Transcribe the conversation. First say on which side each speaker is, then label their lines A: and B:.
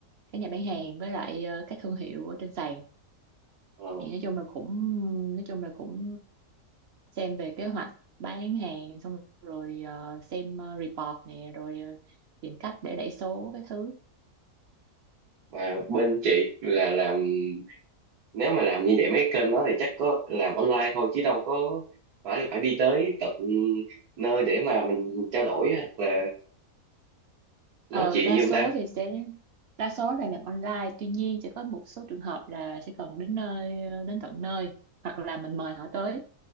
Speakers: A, on the right; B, on the right.
A: các nhà bán hàng với lại ờ, các thương hiệu ở trên sàn
B: ờ,
A: thì nói chung là cũng nói chung là cũng xem về kế hoạch bán hàng xong rồi ờ, xem ờ, report nè rồi ờ, tìm cách để đẩy số cái thứ
B: mà bên chị là làm nếu mà làm như vậy mấy kênh đó thì chắc có làm online thôi chứ đâu có phải phải đi tới tận nơi để mà mình trao đổi hoặc là nói
A: ờ,
B: chuyện
A: đa
B: như
A: số
B: ông ta
A: thì sẽ đa số là làm online tuy nhiên sẽ có một số trường hợp là sẽ cần đến nơi ờ, đến tận nơi hoặc là mình mời họ tới